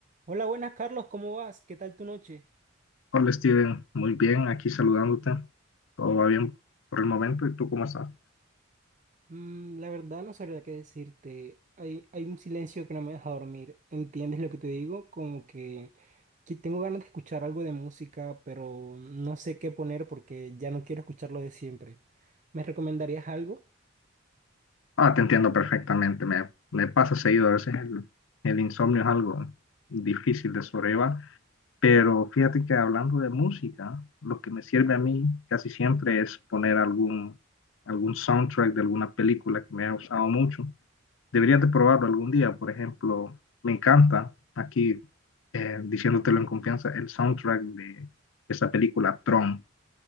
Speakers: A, on the right (about 40°); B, on the left (about 75°).
A: Hola, buenas Carlos, ¿cómo vas? ¿Qué tal tu noche?
B: Hola Steven, muy bien, aquí saludándote. Todo va bien por el momento. ¿Y tú cómo estás?
A: Mm, la verdad no sabría qué decirte. Hay, hay un silencio que no me deja dormir. ¿Entiendes lo que te digo? Como que, que tengo ganas de escuchar algo de música, pero no sé qué poner porque ya no quiero escuchar lo de siempre. ¿Me recomendarías algo?
B: Ah, te entiendo perfectamente. Me, me pasa seguido. A veces el, el insomnio es algo difícil de sobrellevar. Pero fíjate que hablando de música, lo que me sirve a mí casi siempre es poner algún, algún soundtrack de alguna película que me ha gustado mucho. Deberías de probarlo algún día. Por ejemplo, me encanta aquí eh, diciéndotelo en confianza el soundtrack de esa película Tron.